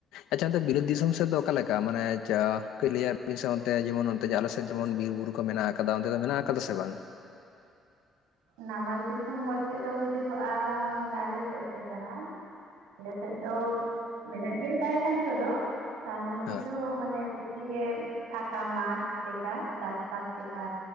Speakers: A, on the left; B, on the right.
A: ᱟᱪᱪᱷᱟ ᱚᱱᱛᱮ ᱵᱤᱞᱟᱹᱫ ᱫᱤᱥᱚᱢ ᱥᱮᱫ ᱫᱚ ᱚᱠᱟ ᱞᱮᱠᱟ ᱢᱟᱱᱮ ᱞᱟᱹᱭᱟᱜ ᱵᱤᱱ ᱡᱮᱢᱚᱱ ᱟᱞᱮ ᱥᱮᱫ ᱡᱮᱢᱚᱱ ᱵᱤᱨ ᱵᱩᱨᱩ ᱠᱚ ᱢᱮᱱᱟᱜ ᱟᱠᱟᱫᱟ ᱚᱱᱛᱮ ᱫᱚ ᱢᱮᱱᱟᱜ ᱟᱠᱟᱫᱟ ᱥᱮ ᱵᱟᱝ
B: ᱱᱟᱢᱟᱞ ᱫᱤᱥᱚᱢ ᱵᱚᱞᱛᱮ ᱫᱚ ᱵᱩᱡᱩᱜᱚᱜᱼᱟ ᱢᱟᱱᱮ ᱟᱞᱮ ᱥᱮᱫ ᱫᱚ ᱡᱟᱦᱟᱸ ᱟᱞᱮ ᱥᱮᱫ ᱫᱚ ᱢᱮᱱᱟᱜ ᱜᱮᱭᱟ ᱫᱟᱨᱮ ᱱᱟᱲᱤ ᱠᱚᱫᱚ ᱛᱟᱨ ᱢᱚᱫᱽᱫᱷᱮ
A: ᱦᱮᱸ
B: ᱫᱚ ᱢᱟᱱᱮ ᱵᱮᱥᱤ ᱜᱮ ᱯᱷᱟᱠᱟ ᱢᱟᱴᱷ ᱞᱮᱠᱟ ᱪᱟᱥᱵᱟᱥ ᱞᱮᱠᱟ